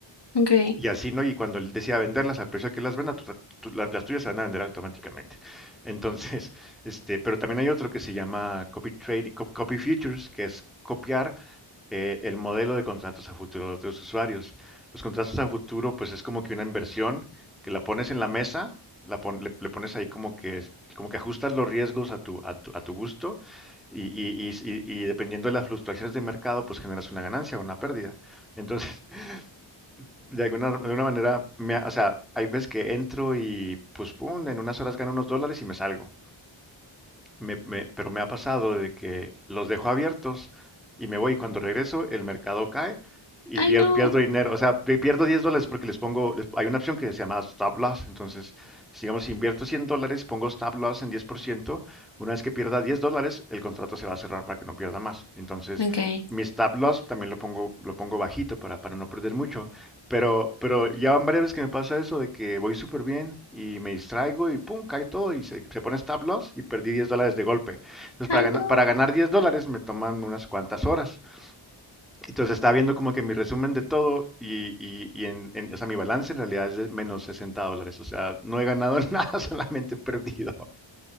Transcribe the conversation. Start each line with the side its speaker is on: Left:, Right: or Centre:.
Left: ok.
Centre: Y así, ¿no? Y cuando él decida venderlas, al precio que las venda, tú- tú- las, las tuyas se van a vender automáticamente. Entonces, <laughs> este, pero también hay otro que se llama copy trading, co- copy futures, que es copiar eh, el modelo de contratos a futuro de los usuarios. Los contratos a futuro, pues es como que una inversión que la pones en la mesa, la pon- le, le pones ahí como que, como que ajustas los riesgos a tu, a tu, a tu gusto y, y- y- y- y dependiendo de las fluctuaciones de mercado, pues generas una ganancia o una pérdida. Entonces, <laughs> de alguna, de alguna manera, me ha- o sea, hay veces que entro y pues, pum, en unas horas gano unos dólares y me salgo. Me- me- pero me ha pasado de que los dejo abiertos y me voy y cuando regreso el mercado cae y
Left: Ay,
Centre: pier-
Left: no.
Centre: pierdo dinero. O sea, pe- pierdo 10 dólares porque les pongo, les- hay una opción que se llama stop loss. Entonces, si, digamos, si invierto 100 dólares, pongo stop loss en diez por ciento Una vez que pierda 10 dólares, el contrato se va a cerrar para que no pierda más. Entonces,
Left: Ok.
Centre: mi stop loss también lo pongo, lo pongo bajito para, para no perder mucho. Pero, pero ya van varias veces que me pasa eso de que voy súper bien y me distraigo y pum, cae todo y se, se pone stop loss y perdí 10 dólares de golpe. Entonces, para
Left: Ay,
Centre: ganar,
Left: no.
Centre: para ganar 10 dólares me toman unas cuantas horas. Entonces, estaba viendo como que mi resumen de todo y, y, y en, en- o sea, mi balance en realidad es de menos 60 dólares. O sea, no he ganado <laughs> nada, solamente he perdido.